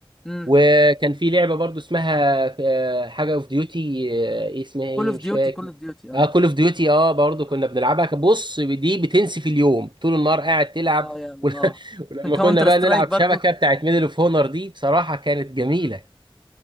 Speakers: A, in the centre; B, on the right.
A: امم
B: وكان في لعبه برضه اسمها آه، حاجه اوف ديوتي ايه اسمها ايه
A: كول اوف
B: مش
A: ديوتي
B: فاكر
A: كول اوف ديوتي اه
B: اه كول اوف ديوتي اه برضه
A: مم.
B: كنا بنلعبها بص دي بتنسي في اليوم طول النهار قاعد تلعب
A: اه يا
B: <laughs>
A: الله
B: ول- ولما
A: من كاونتر
B: كنا بقى
A: سترايك
B: نلعب
A: برضو
B: شبكه بتاعت ميدل اوف هونر دي بصراحه كانت جميله
A: امم